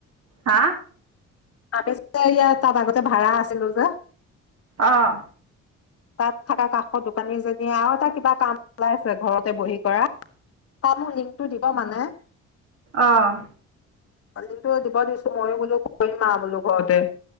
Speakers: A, on the right (about 55°); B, on the left (about 50°).
A: হা।
B: আমি বিচাৰিলে তাৰ আগত? ভাড়া আছিলো যে।
A: আহ।
B: তাত থকা কাষৰ দোকানীজনীয়ে আৰু এটা কিবা কাম উলাইছে ঘৰতে বহি কৰা? তাই মোক লিংকটো দিব মানে।
A: আহঁ।
B: কটো দিব দিছো মইয়ো বোলো কৰিম আও বুলো ঘৰতে?